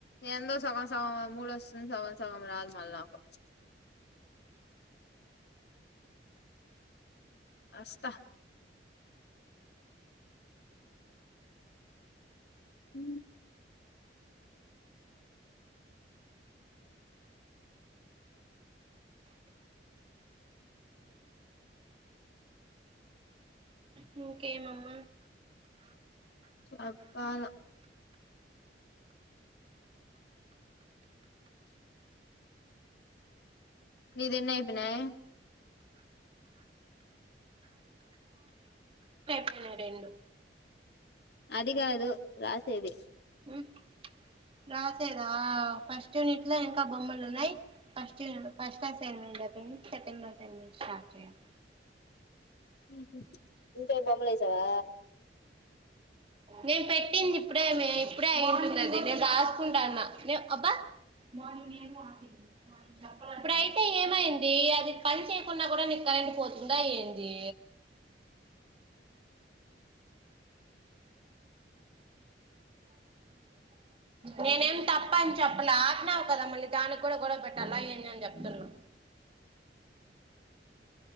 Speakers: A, on the left (about 65°); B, on the right (about 30°).
A: ఎందో సగం సగం మూలొస్తుంది సగం సగం రాదు మళ్ళ నాకు అస్తా ఉ
B: మోకే మమ్మ
A: అప్పాల నీదెన్నే ఐపయినయే
B: నాదా రెండు
A: అది గాదు రాసేది
B: ఉమ్ రాసేదా ఫస్ట్ యూనిట్ లో ఇంకా బొమ్మలు ఉన్నాయి ఫస్ట్యూనిట్ ఫస్ట్ అసైన్మెంట్ నేను సెకండ్ అసైన్మెట్ స్టార్ట్ చేయాలి
A: హు హు ఇంకా బొమ్మలు ఏసావా
B: నేను పెట్టింది ఇప్పుడే మీ ఇప్పుడే అయిందది నేను రాసుకుంటాన్నా నే అబ్బా మర్నింగ్ నేను గూడ ఆపింది అప్పుడయితే ఏమైంది అది పని చేయకున్న గూడా నీకు కరెంట్ పోతుందా యెంది నేనేమి తప్ప అని చెప్ అట్లా ఆపినవు కదా మళ్ళీ దానికి కూడా గొడవ పెట్టన్ల ఏంది అని చెప్తున్నా